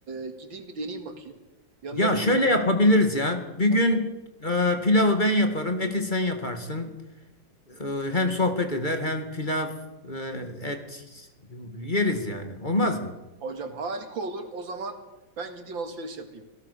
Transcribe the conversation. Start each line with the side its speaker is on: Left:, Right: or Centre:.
Right: e, gideyim bir deneyeyim bakayım. Yanına
Left: Ya
Right: da
Left: şöyle yapabiliriz ya. Bir gün
Right: nasıl?
Left: e, pilavı ben yaparım, eti sen yaparsın. E, hem sohbet eder hem pilav, e, et yeriz yani. Olmaz mı?
Right: Hocam harika olur. O zaman ben gideyim alışveriş yapayım.